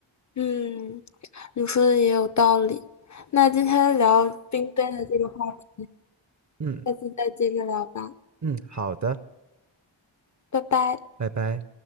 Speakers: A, on the left (about 40°); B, on the right (about 40°).
A: 嗯，你说的也有道理。那今天聊冰杯的这个话题，
B: 嗯
A: 下次再接着聊吧，
B: 嗯，好的。
A: 拜拜。
B: 拜拜。